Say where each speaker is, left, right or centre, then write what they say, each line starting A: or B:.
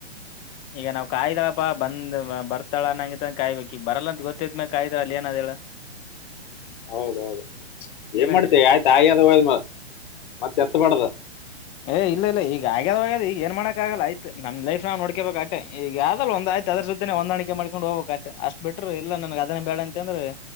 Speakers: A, on the left; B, on the left.
A: ಈಗ ನಾವು ಕಾಯ್ದಾಳಪ್ಪಾ ಬಂದ್ ಬರ್ತಾಳ ನಂಗ ಕಾಯ್ಬೇಕಿಕ್ ಬರಲ್ಲ ಅಂತ ಗೊತ್ತ್ ಮ್ಯಲೆ ಕಾಯ್ದಾಳ ಅಲ್ಲಿ ಏನಾದ ಹೇಳ
B: <unintelligible> ಹೌದೌದು ಏನ್
A: ಏನಂತೀರಿ
B: ಮಾಡ್ತೇವಿ ಆಯ್ತ ಹಾಗೆ ಅದ ಹ ಮತ್ತೆ ಎತ್ತಬಡ್ದ
A: ಏ ಇಲ್ಲ ಈಗ ಆಗ್ಯದ ಆ್ಯದ ಈಗ ಏನ್ ಮಾಡಕ ಆಲ್ಲಯತತ್ ನಮ್ಮ ಲೈಫ್ ನೋಡ್ಕಬೇಕಾಗ ಯಾವಾದಲ್ಲಿ ಒಂದ ಆಯ್ತ ಆದದರ ಅಹೊಂದಾಣಿಕೆ ಮಾಡ್ಕೊಂಡ್ ಹೋಗಬೇಕಕ್ ಆ್ತೆ ಅಷ್ಟ ಬಿರರು ಇಲ್ಲ ನನ್ ಅದೇ ಬೇಡ ಅಂತಂದ್ರೆ